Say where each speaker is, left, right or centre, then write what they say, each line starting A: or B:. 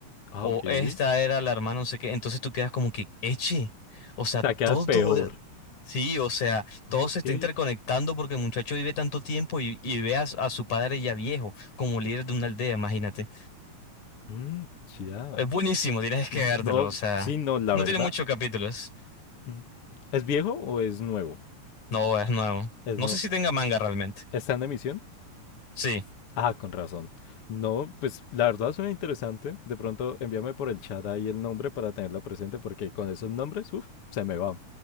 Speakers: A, on the left; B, on the left.
A: Ah,
B: o
A: ok. O
B: esta era la hermana, no sé qué. Entonces tú quedas como que, eche. O sea,
A: sea, quedas
B: todo.
A: peor.
B: es- Sí, o sea, todo
A: Ok.
B: se está interconectando porque el muchacho vive tanto tiempo y, y ve a, s- a su padre ya viejo como líder de una aldea, imagínate.
A: Mm, ya.
B: Es buenísimo, tienes que
A: No,
B: vértelo, o sea,
A: sí, no, la
B: no
A: verdad.
B: tiene muchos capítulos.
A: Mm. ¿Es viejo o es nuevo?
B: No, es nuevo.
A: ¿Es
B: No
A: no...
B: sé si tenga manga realmente.
A: ¿Está en emisión?
B: Sí,
A: Ah, con razón. No, pues la verdad suena interesante. De pronto envíame por el chat ahí el nombre para tenerlo presente porque con esos nombres, uff, se me va.